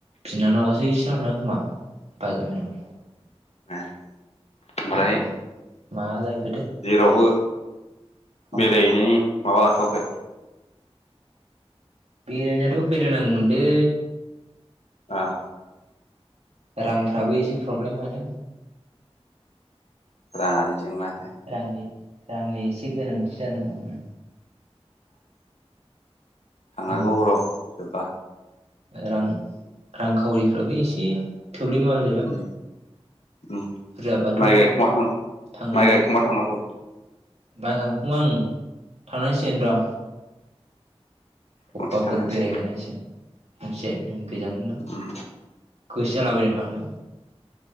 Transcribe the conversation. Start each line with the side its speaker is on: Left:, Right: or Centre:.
Right: बिनानावआसो इसानाव थांदों खोमा बाजै मोननाव
Left: ओमफ्राय
Right: आनै मोननाव <unintelligible>
Left: जेरावबो
Right: खामानि
Left: बेरायहैनायनि माबा लाथ'वाखै
Right: बेरायनायाथ' बेरायनांगौमोनलै।
Left: ओ
Right: रांफ्राबो एसे प्रब्लेम लादों
Left: राङारि जेंना ए
Right: रांनि रांनि एसे गोनांथि जानानै दं।
Left: थांनांगौ
Right: उम
Left: र' जोबबा
Right: रां रांखावरिफ्राबो एसे थोब्ले माब्लेबा
Left: उम उम
Right: बुरजाबाथ'
Left: माइ गायखोमा थां
Right: थांनो
Left: माइ गायखोमा थांनांगौ
Right: हागौमोन। <unintelligible> थांनांसिगोन र' अबेबाफोर
Left: खनसे थांनांसिगोन
Right: बेरायहैनांसिगोन बुंसे नों गोजाननो
Left: उम
Right: गोसो जालाबायो थांनो